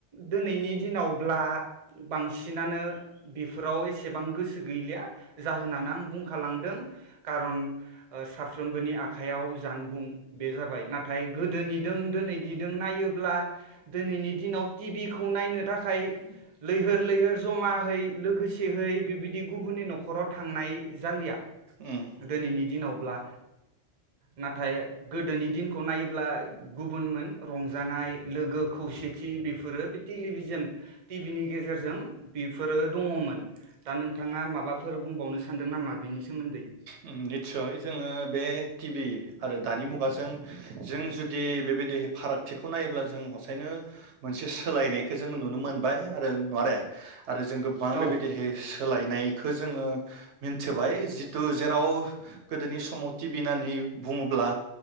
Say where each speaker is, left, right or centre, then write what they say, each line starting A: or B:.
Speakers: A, on the right; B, on the right.
A: दिनैनि दिनाव ब्ला बांसिनानो बेफोराव ए एसेबां गोसो गैलिया जाहोनानै आं बुंखालांदों खारन ओ साफ्रोमबोनि आखयाव जानबुं बे जाबाय नाथाय गोदोनिदों दोनैनिदों नायोब्ला दिनैनि दिनाव टिभि खौ नायनो थाखाय लैहोर लैहोर जमाहैै लोगोसे एसेहै बिबायदि गुबुननि नखराव थांनाय जालिया
B: उम
A: दोनैनि दिनावब्ला नाथाय गोदोनि दिनखौ नायोब्ला गुबुनमोन रंजानाय लोगो खौसेथि बेफोरो बे टेलिभिजन टिभिनि गेजेरजों बेफोरो दङमोन दा नोंथाङा माबाफोर बुंबावनो सानदों नामा बिनि सोमोन्दै
B: निस्सय जोङो बे टि भि आरो दानि मुगाजों जों जुदि बेबायदि फारागथिखौ नायोब्ला जों हसायनो मोनसे सोलायनायखौ जोंङो नुनो मोनबाय आरो नुवारे आरो जों गोबां
A: औ
B: बेबायदि सोलायनायखौ जोङो मिन्थिबाय जितु जेराव गोदोनि समाव टि भि होननानै बुङोब्ला